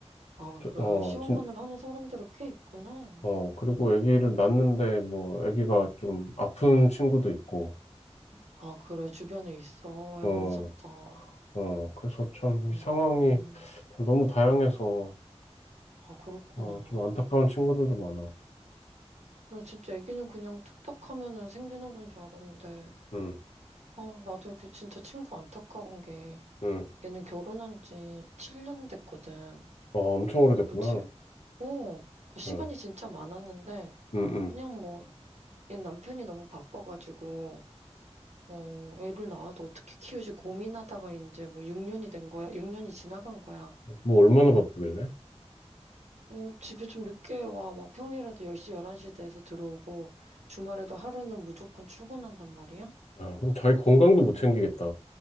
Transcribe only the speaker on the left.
저-
어,
진,
어, 그리고 아기를 낳는데 뭐 아기가 좀 아픈 친구도 있고,
어,
어, 그래서 참 이
상황이 참 너무 다양해서,
어, 좀 안타까운 친구들도 많아.
응.
응.
와, 엄청 오래됐구나.
응.
응, 응,
응. 뭐 얼마나 바쁘길래?
야, 그럼 자기 건강도 못 챙기겠다.